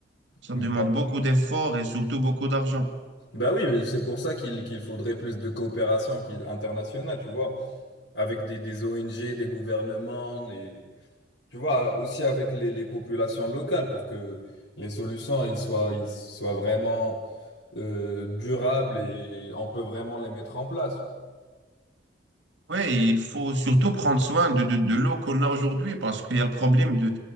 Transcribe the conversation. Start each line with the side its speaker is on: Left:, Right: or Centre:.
Right: ça
Left: Bah,
Right: demande beaucoup d'efforts et surtout beaucoup d'argent.
Left: bah oui, c'est pour ça qu'il qu'il faudrait plus de coopération qu'il- internationale, tu vois, avec des, des ONG, des gouvernements, et tu vois, aussi avec les, les populations locales pour que les solutions ils soient, ils soient vraiment euh, durables et on peut vraiment les mettre en place.
Right: Oui, il faut surtout prendre soin de, de, de l'eau qu'on a aujourd'hui parce qu'il y a le problème de,